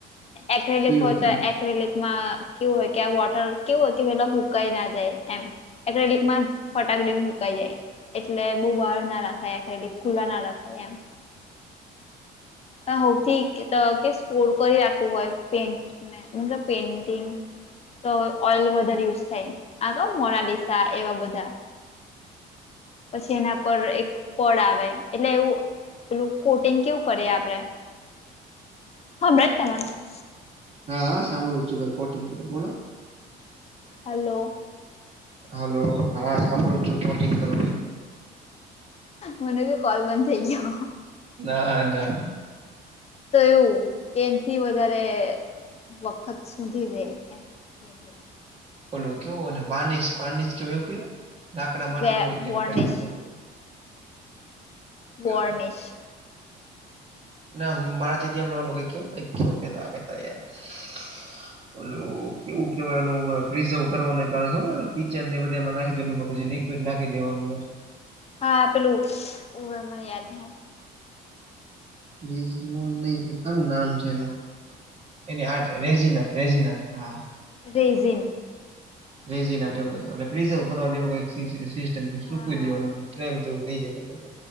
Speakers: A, on the left; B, on the right.
A: એક્રેલિક
B: પીળો
A: હોય,
B: થઈ
A: તો
B: જાય
A: એક્રેલિકમાં કેવું હોય કે, આ વોટર કેવું હોય કે, પેલા હુકાઈ ના જાય એમ. એક લીક માં ફટાકડી ને મુકાઈ જાય. એટલે બહુ બહાર ના રાખાયલી, કુલા ના રખાય એમ. હ, થી કે સ્પોડ કરી રાખવું હોય, પેન્ટને માં પેઇન્ટિંગ. તો ઓઇલ વધારે યુઝ થાય, આ તો મોનાલીસા એવા બધા. પછી એના પર એક પડે આવે, એટલે એવું પેલું કોટિંગ કેવું કરીએ આપડે. હા બતા મ <unintelligible>
B: હા, હા, સાંભળું છું ભાઈ, કોટિંગ કરે બોલો.
A: હલો.
B: હાલો, હા, સાંભળું જ છું, પોટિંગ કરવી.
A: મને કો કોલ બંધ થઇ ગયો.
B: ના ના.
A: તો એવું કે એનથી વધારે વખત સુધી રે પેઇન્ટિંગ
B: ઓલો કેવો ને વાનીસ વાનીસ કેવ એવું કેવાય લાકડા માટે
A: વે
B: એવું હોય કે
A: વોર્નિશ બોર્નેિશ
B: કે ના માટી થી આપડે ઓલું કેવ ક <unintelligible> ઓલું કેવું કેવાનું પ્રિઝર્વ કરવાનું એક આવે ખબર કિચન ને એ બધા એમાં નાખી એ પછી નાખી દેવાનું હે.
A: હા પેલું ઓ એમ અ યાદ નય આવતું
B: રિઝવાન ને એકાદું નામ છે એનું એની હાત રેઝિના રેઝિના હા.
A: રેઝિન
B: રેઝીન આ તો કેય ઓલું પ્રિઝર્વ કરવા દેવું કઈ સિસ્ટમ થી
A: હા
B: સુૂકવી દેવાનું ને એમ જવું કય જતો કર હે